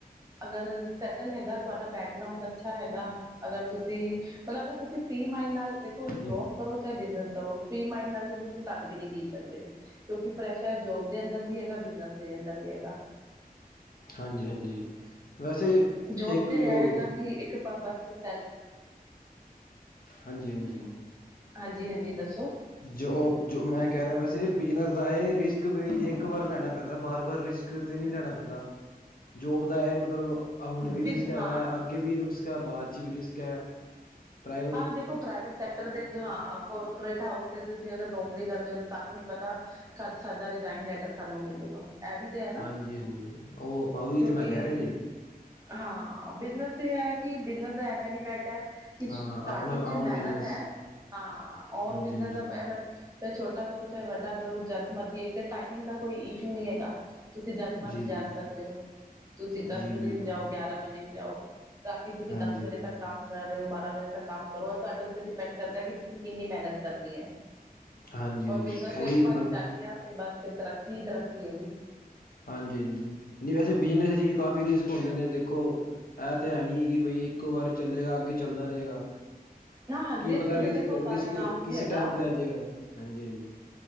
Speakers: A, on the right; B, on the left.
A: ਅਗਰ ਸੈਟਲ ਹੈਗਾ, ਤੁਹਾਡਾ ਬੈਕਗਰਾਊਂਡ ਅੱਛਾ ਹੈਗਾ, ਅਗਰ ਤੁਸੀਂ ਮਤਲਬ ਅਗਰ ਤੁਸੀਂ ਫ੍ਰਰੀ ਮਾਈੰਡ ਨਾਲ ਦੇਖੋ,
B: ਹਾਂਜੀ
A: ਜੋਬ ਕਰੋ ਚਾਹੇ ਬਿਜਨਸ ਕਰੋ, ਫਰੀ ਮਾਈੰਡ ਨਾਲ ਤੁਸੀਂ ਤਦ ਵੀ ਨਈ ਜੀ ਸਕਦੇ, ਕਿਉਂਕਿ ਪ੍ਰੈ ਸ਼ਰ ਜੋਬ ਦੇ ਅੰਦਰ ਵੀ ਹੈਗਾ, ਬਿਜਨਸ ਦੇ ਅੰਦਰ ਵੀ ਹੈਗਾ।
B: ਹਾਂਜੀ -ਹਾਂਜੀ ਵੈਸੇ
A: ਜੋਬ
B: ਇੱਕ
A: ਤੇ ਏ ਹੈਗਾ
B: ਉਹ-
A: ਕਿ, ਇੱਕ ਪਰਪਸ ਸੈਲ।
B: ਹਾਂਜੀ -ਹਾਂਜੀ।
A: ਹਾਂਜੀ -ਹਾਂਜੀ ਦੱਸੋ
B: ਜੋ-ਜੋ ਮੈਂ ਕਹਿ ਰਿਹਾ, ਵੈਸੇ ਬਿਜਨਸ ਦਾ ਇਹ ਰਿਸਕ ਵੀ ਇੱਕ ਵਾਰ ਲੈਣਾ ਪੈਂਦਾ, ਬਾਰ-ਬਾਰ ਰਿਸਕ ਤੇ' ਨੀ ਲੈਣਾ ਪੈਂਦਾ, ਜੋਬ ਦਾ ਇਹ ਮਤਲਬ ਹੁਣ ਵੀ
A: ਬਿ
B: ਰਿਸਕ ਹੈਗਾ,
A: ਹਾਂ
B: ਅੱਗੇ ਵੀ ਰਕ ਕਿਆ ਬਾਅਦ ਚ'ਵੀ ਰਿਸਕ ਹੈ ਪ੍ਰਾਈ
A: ਹਾਂ ਦੇਖੋ ਪ੍ਰਾਈਵੇਟ ਸੈਕਟਰ ਦੇ ਹਾਂ ਕੋਪੋਰੇਟ ਹਾਊਸ ਤੇ ਤੁਸੀਂ ਅਗਰ ਨੌਕਰੀ ਕਰਦੇ ਹੋ, ਸਾਨੂੰ ਨੀ ਪਤਾ ਕਦ ਸਾਡਾ ਰਿਜ਼ਾਇਨ ਲੈਟਰ ਸਾਨੂੰ ਮਿਲੂਗਾ, ਏ ਵੀ ਤੇ ਹੈ ਨਾ
B: ਹਾਂਜੀ-ਹਾਂਜੀ ਓ ਉਹੀ
A: ਕਿਉਂਕਿ
B: ਤੇ ਮੈਂ ਕਹਿ ਰਿਹਾ ਜੀ
A: ਹਾਂ ਬਿਜਨਸ ਹੈ ਕਿ, ਬਿਜਨਸ ਦਾ ਏ ਬੈਨੀਫਿਟ ਹੈ ਕਿ ਸਟਾਰਟਿੰਗ
B: ਹਾਂ ਆਪਣਾ
A: ਚ'
B: ਓਨ
A: ਮਿਹਨਤ
B: ਬਿਜਨਸ
A: ਹੈ, ਹਾਂ ਓਨ
B: ਹਾਂਜੀ
A: ਬਿਜਨਸ
B: ਹਾਂਜੀ
A: ਦਾ ਬਟ ਚਾਹੇ ਛੋਟਾ ਕਰੋ- ਚਾਹੇ ਵੱਡਾ ਕਰੋ- ਜਦ ਮਰਜ਼ੀ, ਇੱਕ ਤਾਂ ਟਾਈਮਿੰਗ ਦਾ ਕੋਈ ਇਸ਼ੂ ਨੀ ਹੈਗਾ ਤੁਸੀਂ ਜਦ ਮਰਜ਼ੀ
B: ਜੀ
A: ਜਾ
B: ਜੀ
A: ਸਕਦੇ ਹੋ, ਤੁਸੀਂ ਦਸ
B: ਜੀ
A: ਵਜੇ
B: ਬਿਲਕੁਲ
A: ਵੀ ਜਾਓ-
B: ਬਿਲਕੁਲ
A: ਗਿਆਰਾਂ ਵਜੇ ਵੀ ਜਾਓ ਰਾਤੀ ਤੁਸੀਂ
B: ਹਾਂਜੀ
A: ਦਸ ਵਜੇ
B: ਹਾਂਜੀ
A: ਤੱਕ ਕੰਮ ਕਰ ਰਹੇ ਹੋ, ਬਾਰਾਂ ਵਜੇ ਤੇ ਕੰਮ ਕਰੋ, ਤੁਹਾਡੇ ਉੱਤੇ ਡਿਪੈਂਡ ਕਰਦਾ ਕਿ ਤੁਸੀਂ ਕਿੰਨੀ ਮਿਹਨਤ ਕਰਨੀ ਏ।
B: ਹਾਂਜੀ
A: ਹੋਰ
B: ਹਾਂਜੀ
A: ਬਿਜਨਸ ਇੱਕ
B: ਉਹੀ
A: ਵਾਰੀ
B: ਬ
A: ਚੱਲ ਗਿਆ, ਤੇ ਬਸ ਫਿਰ ਤਰੱਕੀ- ਤਰੱਕੀ ਹੈਗੀ
B: ਹਾਂਜੀ। ਨਹੀਂ ਵੈਸੇ ਬਿਜਨਸ ਵਿੱਚ ਵੀ ਕਾਫ਼ੀ ਰਿਸਕ ਹੁੰਦੇ ਨੇ ਦੇਖੋ ਇਹ ਤੇ ਹੈ, ਨੀ ਕਿ ਬਈ ਇੱਕੋ ਵਾਰ ਚੱਲੇਗਾ- ਅੱਗੇ ਚੱਲਦਾ ਰਹੇਗਾ
A: ਹਾਂ
B: ਕੀ
A: ਰਿਸਕ
B: ਪਤਾ ਰਿਸਕ-ਰਿਸਕ
A: ਤਾਂ ਦੇਖੋ ਸਾਰੇ ਕੰਮ
B: ਕਿਸ
A: ਚ ਹੈਗਾ
B: ਟੈਮ ਤੇ ਆਜੇਗਾ ਹਾਂਜੀ-ਹਾਂਜੀ।